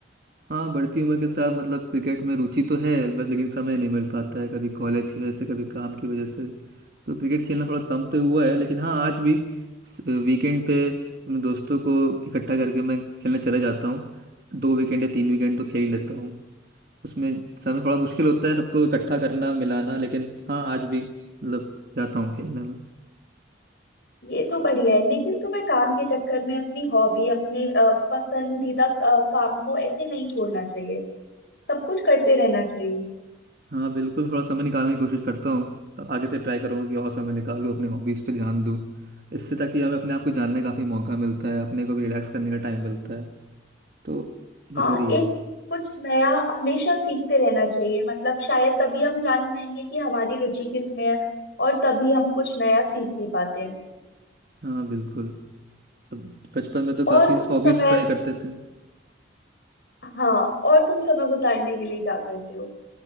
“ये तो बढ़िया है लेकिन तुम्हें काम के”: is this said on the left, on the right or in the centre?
Left